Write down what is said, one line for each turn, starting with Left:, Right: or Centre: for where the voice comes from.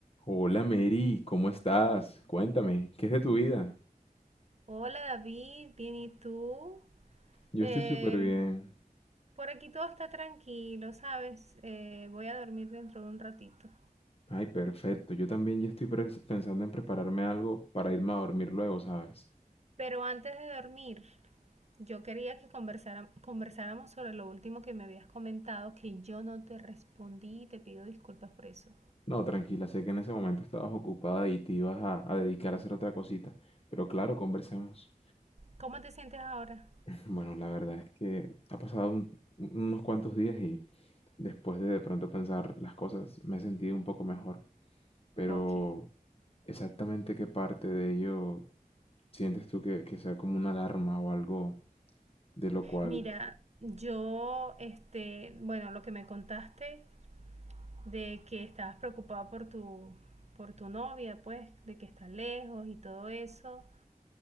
Left: Hola Mary, ¿cómo estás? Cuéntame, ¿qué es de tu vida?
Right: Hola David, bien ¿y tú?
Left: Yo
Right: Eh,
Left: estoy súper bien.
Right: por aquí todo está tranquilo, ¿sabes? Eh, voy a dormir dentro de un ratito.
Left: Ay, perfecto. Yo también ya estoy pres- pensando en prepararme algo para irme a dormir luego, ¿sabes?
Right: Pero antes de dormir, yo quería que conversara- conversáramos sobre lo último que me habías comentado, que yo no te respondí y te pido disculpas por eso.
Left: No, tranquila, sé que en ese momento estabas ocupada y te ibas a, a dedicar a hacer otra cosita. Pero claro, conversemos.
Right: ¿Cómo te sientes ahora?
Left: <laughs> Bueno, la verdad es que ha pasado un- unos cuantos días y después de de pronto pensar las cosas me he sentido un poco mejor. Pero
Right: Ok.
Left: exactamente qué parte de ello ¿Sientes tú que, que sea como una alarma o algo de lo cual...
Right: Mira, yo, este, bueno, lo que me contaste de que estabas preocupada por tu, por tu novia, pues, de que está lejos y todo eso.